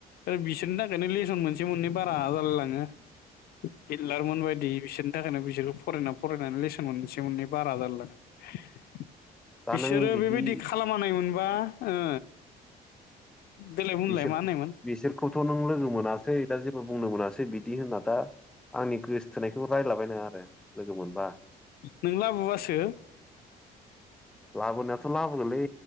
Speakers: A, on the left (about 65°); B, in the centre.
A: आरो बिसोरनि थाखायनो लेसन मोनसे मोननै बारा जालाय लाङो
B: औ
A: हिटलारमोन बायदि बिसोरनि थाखायनो बिसोरखौ फरायनानै फरायनानै लेसन मोनसे मोननै बारा जालाय लाङो
B: दा
A: बिसोरो
B: नों बिदि
A: बेबायदि खालामानाय मोनबा ओ देलाय बुंलाय
B: बिसोर
A: मा होननायमोन
B: बिसोरखौथ' नों लोगो मोनासै दा जेबो बुंनो मोनासै बिदि होनना दा आंनि गोसोथोनायखौ रायलाबायनाङा आरो लोगो मोनबा
A: नों लाबोबासो
B: लाबोनायाथ' लाबोगोनलै